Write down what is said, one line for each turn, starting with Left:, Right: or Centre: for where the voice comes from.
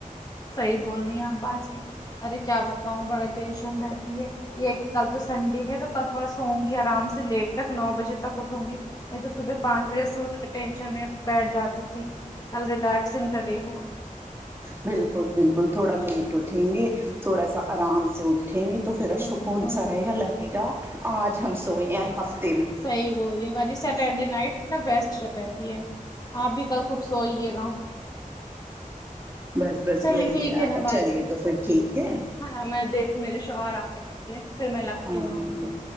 Left: صحیح بول رہی ہیں آپ باجی ارے کیا بتاؤں بڑا ٹینشن رہ یہ یہ کل تو سنڈے ہے تو کل تھوڑا سوؤں کے آرام سے لیٹ تک نو بجے تک اٹھوں گی نہیں تو صبح پانچ بجے سے اٹھ کے ٹینشن میں بیٹھ جاتی تھی کل ریلیکسنگ کری ہوں
Right: بالکل بالکل تھوڑا لیٹ اٹھیں گے تھوڑا سا آرام سے ا ٹھیں گی تو
Left: ہمم
Right: پھر سکون
Left: ہمم
Right: سا رہے گا لگے گا آج ہم سوئے ہیں ہفت
Left: صحیح بول رہی باجی سٹرڈے نائٹ میں بیسٹ رہتی ہے آپ بھی کل خوب سوئیے گا
Right: بس بس
Left: چلیے
Right: یہی
Left: ٹھیک ہے
Right: آپا
Left: نا باجی
Right: چلیے تو پھر ٹھیک ہے
Left: ہاں میں دیکھوں میرے شوہر آگے ہوں گے پھر میں لگتی
Right: آمین
Left: ہوں آپ کو